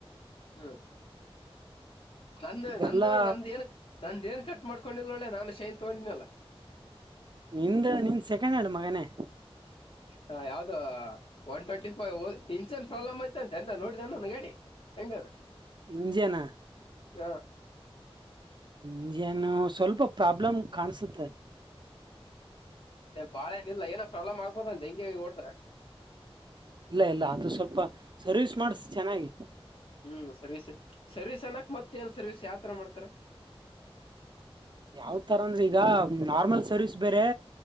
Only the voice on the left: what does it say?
ಹ್ಮ್ ನಂದು ನಂದು
ನಂದ ಏನ್ ನಂದ ಏನ್ ಕಟ್ ಮಾಡ್ಕೊಂಡಿಲ್ಲ ಒಳ್ಳೆ ನಾನು ಶೇನ್ ತೊಗೊಂಡಿನಲ್ಲ
ಹಾ ಯಾವ್ದ one twenty five engine problem ಆಯ್ತ ಅಂತೆ ಎಲ್ಲ ನೋಡಿದಾನ ಗಾಡಿ ಎಟಾವ
ಹಾ
ಬಾಳ ಏನ ಇಿಲ್ಲ ಏನ ಪ್ರಾಬ್ಲಮ್ ಆಗ್ಬೋದ ಅಂತ ಹೆಂಂಗಗೆ ಹೊಓಡದ್ರ
ಹ್ಮ್ ಸರ್ವಿಸ್ ಸರ್ವಿಸ್ ಅನ್ನಕ್ ಮತ್ತ ಏನ್ ಸರ್ವಿಸ್ ಯಾವತರ ಮಾಡ್ತಾರ